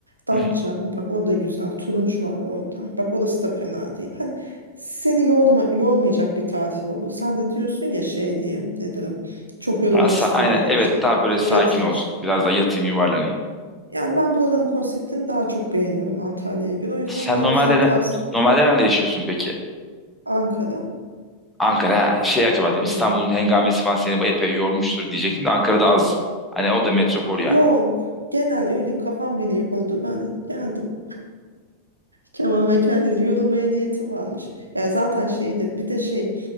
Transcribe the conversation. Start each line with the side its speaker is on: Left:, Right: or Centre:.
Right: Datça
Centre: hı hı.
Right: o bak o da güzel. Turunç var orada. Bak orası da fena değil. Hani seni yorma, yormayacak bir tatil olur. Sen de diyorsun ya şey diye nedir o? Çok yorulmak
Centre: Daha sa-
Right: istemiyorum
Centre: aynen evet
Right: işte.
Centre: daha böyle
Right: Yani
Centre: sakin
Right: yatayım
Centre: olsun.
Right: şey.
Centre: Biraz da yatayım yuvarlanayım.
Right: Yani ben buraların konseptini daha çok beğeniyorum Antalya'ya göre. O yüzden
Centre: Sen
Right: benim
Centre: normalde
Right: sana
Centre: ne-
Right: tavsiyem
Centre: normalde nerede yaşıyorsun peki?
Right: Ankara.
Centre: Ankara ha, şey acaba dedim İstanbul'un
Right: Hı.
Centre: hengamesi falan seni bu epey yormuştur diyecektim de Ankara'da az. Hani o da metropol
Right: Yok.
Centre: yani.
Right: Genel öyle kafam beni yordu. Ben de geldim. Kemal ve kendine yorulmaya niyetim varmış. Ya zaten şeydi bir de şey